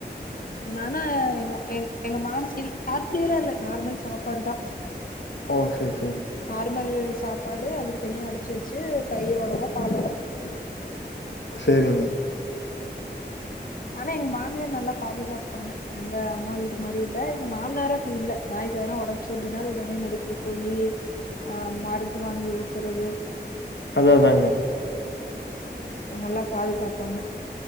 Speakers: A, on the left; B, on the left.
A: நானா எங்க எங் எங்க மாம் அப்படியெல்லா இல்ல நார்மல் சாப்பாடுதா
B: ஓ ச <inaudible>
A: நார்மல் சாப் சாப்பாடு அதுக்கு தனியா அரிசி வச்சு தயிரோடவோ பாலோடவோ போடுவாங்க
B: சரிங்க
A: ஆனா எங்க மாமியார் நல்லா பாதுகாப்பாங்க எங்க அம்மா வீடு மாரி இல்ல மாமனார அப்டி இல்ல நாய் வேணா <inaudible> சொல்லினால் உடனே மெடிக்கல் போயி ஆ மருந்து வாங்கி ஊ த்தரது
B: அது அதாங்க
A: நல்லா பாதுகாப்பாங்க